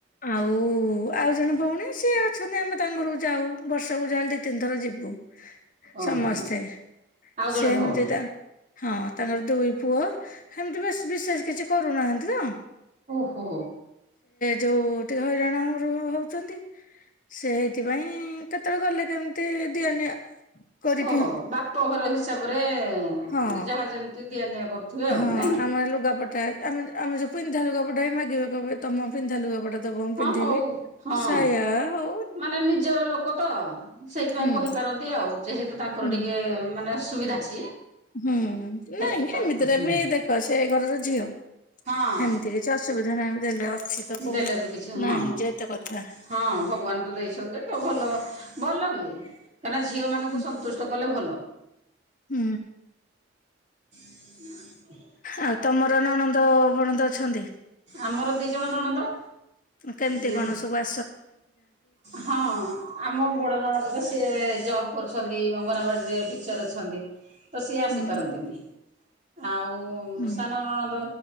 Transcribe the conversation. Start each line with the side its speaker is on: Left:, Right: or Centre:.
Left: ଆଉ ଓ ଆଉ ଜଣେ ଭଉଣୀ ସିଏ ଅଛନ୍ତି ଆମେ ତାଙ୍କ ଘରକୁ ଯାଉ ବର୍ଷକୁ ଯା ହେଲେ ଦି ତିନିଥର ଯିବୁ।
Right: ଓହୋ
Left: ସମସ୍ତେ
Right: ଆଉ ଜଣେ
Left: ସେ <unintelligible>
Right: ଭଉଣୀ।
Left: ହଁ ତାଙ୍କର ଦୁଇ ପୁଅ ହେମିତି ବିଶ୍ ବିଶେଷ କିଛି କରୁନାହାନ୍ତି ନା।
Right: ଓ ହୋ।
Left: ଯୋଉ ଟିକେ ହଇରାଣ <unintelligible> ହଉଚନ୍ତି। ସେଇଥିପାଇଁ କେତେବେଳେ ଗଲେ କେମିତି ଦିଆ ନିଆ କରିକି
Right: ଓହୋ ବାପଘର ହିସାବରେ
Left: ହଁ।
Right: ଯାହା ଯେମିତି ଦିଆ ନିଆ କରୁଥିବେ ଆଉ
Left: ହଁ
Right: ନାଇଁ କି?
Left: ଆମର ଲୁଗାପଟା ଆମେ ଆମେ ଯୋଉ ପିନ୍ଧା ଲୁଗା ପଟା ବି ମାଗିବେ କହିବେ ତମ ପିନ୍ଧା ଲୁଗା ପଟା ଦବ ମୁଁ
Right: ହଁ
Left: ପିନ୍ଧିବି
Right: ହଉ ହଁ
Left: ସାୟା ହ
Right: ମାନେ ନିଜର ଲୋକ ତ ସେଇଥିପାଇଁ
Left: ହୁଁ
Right: କହିପାରନ୍ତି ଆଉ ଯେହେତୁ ତାଙ୍କର
Left: ହୁଁ
Right: ଟିକେ ମାନେ ଅସୁବିଧା। ଅଛି।
Left: ହୁଁ
Right: ହେ
Left: ନାଇଁ
Right: ତା
Left: ଏମିତିରେ
Right: ହଁ।
Left: ବି ଦେଖ ସେ ଏ ଘରର ଝିଅ।
Right: ହଁ।
Left: ହେମିତି କିଛି ଅସୁବିଧା ନାହିଁ ଦେଲେ ଅଛି ତ କୋଉ
Right: ଦେଲେ ବି କିଛି ହଁ
Left: ନାହିଁ ଯେ ଏତେ କଥା
Right: ହଁ ଭଗବାନ ତ ଦେଇଛନ୍ତି ତ ଭଲ। ଭଲ ବି କାହିଁନା ଝିଅ ମାନଙ୍କୁ
Left: ହୁଁ
Right: ସନ୍ତୁଷ୍ଟ କଲେ ଭଲ।
Left: ହୁଁ।
Right: ହଁ
Left: ଆଉ ତମର ନଣନ୍ଦ ବଣନ୍ଦ ଅଛନ୍ତି?
Right: ଆମର ଦି ଜଣ ନଣନ୍ଦ।
Left: କେମିତି
Right: ଦି
Left: କଣ ସବୁ ଆ
Right: ହଁ ଆମ ବଡ଼ ନଣନ୍ଦ ତ ସିଏ ଜବ୍ କରୁଛନ୍ତି <unintelligible> ଅଙ୍ଗନବାଡ଼ି ରେ ଟିଚର୍ ଅଛନ୍ତି ତ ସିଏ ଆସିପାରନ୍ତିନି।
Left: ହୁଁ
Right: ଆଉ
Left: ହୁଁ
Right: ସାନ ନଣଦ